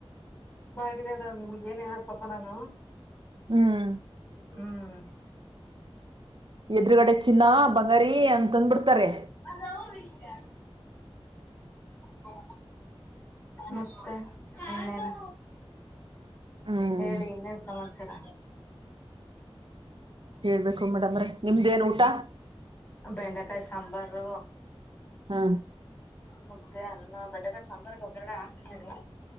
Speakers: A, on the left; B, on the right.
A: ಅ ನಿಮಗೆ ಏನ್ ಹೇಳ ತಪೋಣಾನ
B: ಹ್ಮ್
A: ಹ್ಮ್ <inaudible>
B: ಎದುರುಗಡೆ ಚಿನ್ನ ಬಂಗಾರಿ ಅಂತಂದ ಬಿಡ್ತಾರೆ
A: ಅದ ಅವ್ರ ವಿಷಯ ಬೊ ಮತ್ತೆ ಮನ್ನೇನೆ
B: ಹ್ಮ್
A: ಹೇಳಿ ಇನ್ನೇನ್ ಸಮಾಚಾರ
B: ಹೇಳ್ಬೇಕು ಮೇಡಮ್ರ ನಿಮ್ದೇನ್ ಊಟ
A: ಬೆಂಡೆಕಾಯಿ ಸಾಂಬಾರು
B: ಹಾ
A: ಮುದ್ದೆ ಅನ್ನ ಬೆಳಗ ಸಾಂಬಾರ್ಗೆ ಒಗ್ರರಣ ಹಾಕ್ತೇನಿ